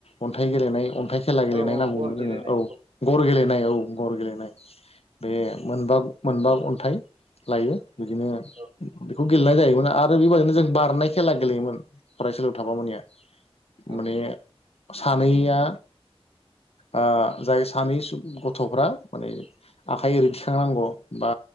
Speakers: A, on the left (about 80°); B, on the right (about 65°).
A: अन्थाइ गेलेनाय अन्थाइ खेला गेलेनाय
B: औ
A: नांगौमोन
B: गर गेलेनाय
A: जोङो औ गर गेलेनाय औ। गर गेलेनाय बे मोनबा मोनबा अन्थाइ लायो। बिदिनो
B: औ
A: बेखौ गेलेनाय जायोमोन आरो बेबायदिनो जों बारनाय खेला गेलेयोमोन फरायसालियाव थाबा मोनया
B: औ
A: माने सानैया आ जाय सानै गथ'फ्रा माने आखाइ ओरै थिखांनांगौ बा